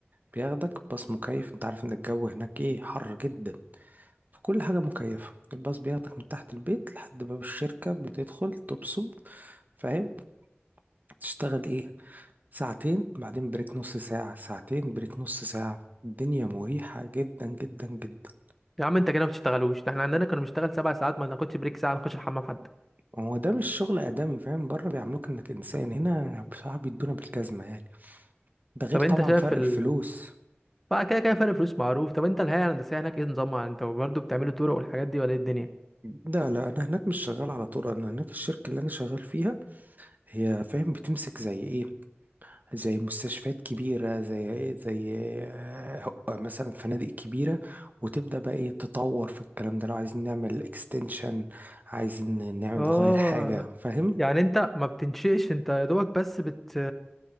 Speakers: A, on the right; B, in the centre.
A: بياخدك باص مكيف انت عارف ان الجو هناك ايه حر جدا فكل حاجة مكيفة الباص بياخدك من تحت البيت لحد باب الشركة بتدخل تبصم فاهم تشتغل ايه ساعتين بعدين بريك نص ساعة ساعتين بريك نص ساعة الدنيا مريحة جدا جدا جدا
B: يا عم انت كده ما بتشتغلوش ده احنا عندنا كانوا بنشتغل سبع ساعات ما ناخدش بريك ساعة نخش الحمام حتى
A: هو ده مش شغل آدمي فاهم بره بيعاملوك انك إنسان هنا بصراحة بيدونا بالجزمة يعني ده غير
B: طب
A: طبعا
B: انت شايف
A: فرق
B: ال
A: الفلوس
B: بقى كده كده فرق فلوس معروف طب انت الهيئة الهندسية هناك ايه نظامها انت برضه بتعملوا طرق والحاجات دي ولا ايه الدنيا
A: لا لا انا هناك مش شغال على طول انا هناك الشركة اللي انا شغال فيها هي فاهم بتمسك زي ايه زي مستشفيات كبيرة زي زي آه، مثلا فنادق كبيرة وتبدأ بقى ايه تطور في الكلام ده لو عايزين نعمل اكستنشن عايزين نعمل
B: اه
A: نغير حاجة فاهم؟
B: يعني انت ما بتنشئش انت يا دوبك بس بت